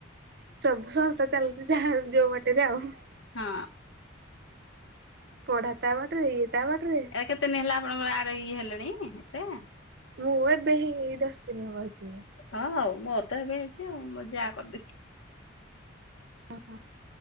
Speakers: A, on the right (about 55°); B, on the left (about 70°).
A: ସବୁ ସଂସ୍ଥା ଚାଲୁଛି ଯାହା ଯୋଉ ବାଟରେ ଆଉ।
B: ହଁ।
A: ପଢା ତା ବାଟରେ ଇଏ ତା ବାଟ ରେ।
B: ଏଟା କେତେ ଦିନ ହେଲା ଆପଣଙ୍କର ଆଡେ ଇଏ ହେଲେଣି ଏଥିରେ?
A: ମୁଁ ଏବେ ହେଇ ଦସ ଦିନ ହବ ହେଇଥିନି।
B: ହଁ ହଉ ମୋ ତ ଏବେ ହେଇଛି ଆଉ ମୋ ଯା କରିଦେ
A: ଓ ହୋ